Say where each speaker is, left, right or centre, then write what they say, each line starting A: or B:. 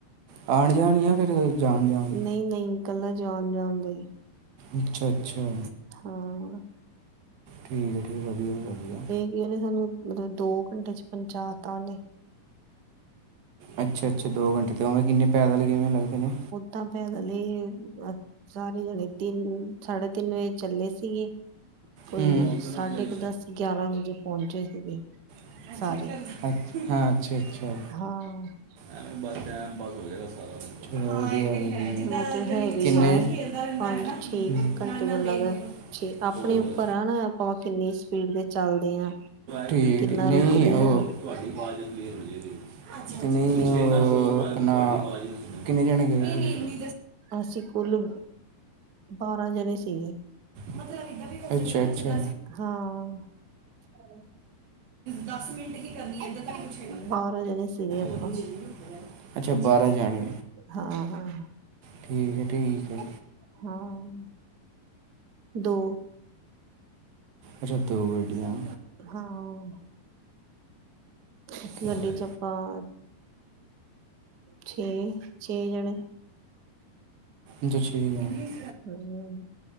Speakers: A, on the right; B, on the right.
A: ਆਣ -ਜਾਣ ਜਾਂ ਫਿਰ? ਜਾਣ ਜਾਣ
B: ਨਈਂ, ਨਈਂ, ਕੱਲਾ ਜਾਣ- ਜਾਣ ਦਾ ਈ।
A: ਅੱਛਾ, ਅੱਛਾ।
B: ਹਾਂ।
A: ਠੀਕ ਐ, ਠੀਕ ਐ। ਵਧੀਆ- ਵਧੀਆ।
B: ਉਨ੍ਹੇ ਸਾਨੂੰ, ਮਤਲਬ ਦੋ ਘੰਟੇ 'ਚ ਪਹੁੰਚਾ ਤਾ ਉਨ੍ਹੇ।
A: ਅੱਛਾ, ਅੱਛਾ, ਦੋ ਘੰਟੇ ਤੇ ਉਵੇਂ ਕਿੰਨੇ ਪੈਦਲ ਕਿਵੇਂ ਲੱਗਦੇ ਨੇ?
B: ਤਾਂ ਪੈਦਲ ਹੀ, ਸਾਰੇ ਜਣੇ ਤਿੰਨ -ਸਾਢੇ ਤਿੰਨ ਵਜੇ ਚੱਲੇ ਸੀਗੇ। ਕੋਈ
A: ਹੂੰ ਦੇਣਾ
B: ਸਾਢੇ
A: ਪਲੇ
B: ਕੁ ਦਸ- ਗਿਆਰਾਂ ਵਜੇ ਪਹੁੰਚੇ ਸੀਗੇ।
A: ਸਟੋਰ
B: ਸਾਰੇ
A: ਹਾਂ, ਅੱਛਾ- ਅੱਛਾ।
B: ਹਾਂ।
A: ਐਵੇ ਬਸ ਟੈਮ ਪਾਸ ਹੋ ਜੇਗਾ ਸਾਰਾ। ਹਾਂ, ਵਧੀਆ- ਵਧੀਆ। ਜਿੱਦਾਂ
B: ਮਤਲਬ
A: ਗਲੀ
B: ਹੈਗੀ
A: ਕਿੰਨੇ
B: ਆ
A: ਚ ਖੇਲਦਾ ਰਹਿੰਦਾ
B: ਪੰਜ
A: ਹੈ ਨਾ,
B: ਛੇ ਘੰਟੇ
A: ਨਾਲ- ਨਾਲ
B: ਮੈਨੂੰ
A: ਦੇਖਦੇ
B: ਲੱਗਦਾ
A: ਰਹੋ।
B: ਛੇ ਆਪਣੇ
A: ਠੀਕ,
B: ਉੱਪਰ ਆ ਨਾ ਆਪਾਂ ਕਿੰਨੀ ਸਪੀਡ ਦੇ ਚੱਲਦੇ ਆ
A: ਠੀਕ
B: ਕਿੰਨਾ
A: ਨਹੀਂ
B: ਰੁਕਦੇ
A: ਉਹ
B: ਆ
A: ਤੁਹਾਡੀ ਆਵਾਜ਼ ਕਲੀਅਰ ਨਹੀਂ ਹੈਗੀ। ਨਹੀਂ ਓ ਆਪਣਾ, ਕਿੰਨੇ ਜਾਣੇ ਗਏ ਸੀ?
B: ਅਸੀਂ ਕੁੱਲ ਬਾਰਾਂ ਜਣੇ ਸੀਗੇ।
A: ਮਤਲਬ ਅੱਛਾ, ਅੱਛਾ।
B: ਹਾਂ <unintelligible>
A: ਦਸ ਮਿੰਟ ਹੀ ਕਰਨੀ ਏਦਾਂ ਤੇ ਨਹੀਂ ਪੁਛੇਗਾ,
B: ਬਾਰਾਂ ਜਣੇ ਸੀਗੇ ਆਪਾਂ
A: ਹਾਂਜੀ ਅੱਛਾ ਬਾਰਾਂ ਜਾਣੇ।
B: ਹਾਂ, ਹਾਂ।
A: ਠੀਕ ਏ, ਠੀਕ ਏ।
B: ਹਾਂ, ਦੋ।
A: ਅੱਛਾ ਦੋ ਗੱਡੀਆਂ ਆ।
B: ਹਾਂ, ਇੱਕ
A: ਸਾਰੇ
B: ਗੱਡੀ ਚ ਆਪਾਂ ਛੇ, ਛੇ ਜਣੇ
A: ਅਛਾ ਛੇ ਜਾਣੇ ਠੀਕ
B: ਹਮ